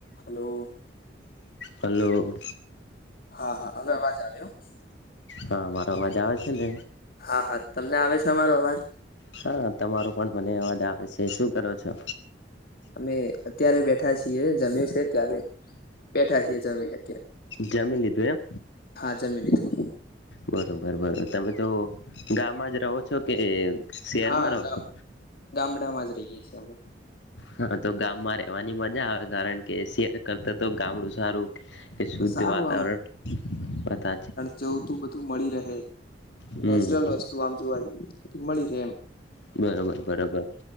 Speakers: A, on the left; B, on the left.
A: Hello.
B: Hello.
A: હા હા હવે અવાજ આવ્યો.
B: હા મારો અવાજ આવે છે ને?
A: હા હા તમને આવે છે અમારો અવાજ?
B: હા તમારો પણ મને અવાજ આવે છે. શું કરો છો?
A: અમે અત્યારે બેઠ બેઠા છીએ જમી છે ત્યારે બેઠા છીએ જમીને ક્યારે
B: જમી લીધું એમ?
A: હા, જમી લીધુ.
B: બરોબર બરોબર. તમે તો ગામમાં જ રહો છો કે? શહેરમાં
A: હા
B: રહો
A: ગામ
B: છો
A: ગામડામ જ રહીએ છીએ અમે.
B: હા તો ગામમાં રેવાની મજા આવે કારણ કે શેર કરતા તો ગામડું સારું. કે શુદ્ધ
A: સારું
B: વાતાવરણ બધાથી.
A: જવું તું બધું મળી રહે
B: હમ
A: નેચરલ વસ્તુ આમ જોવા જઈએ મળી રહે એમ.
B: બરોબર બરોબર.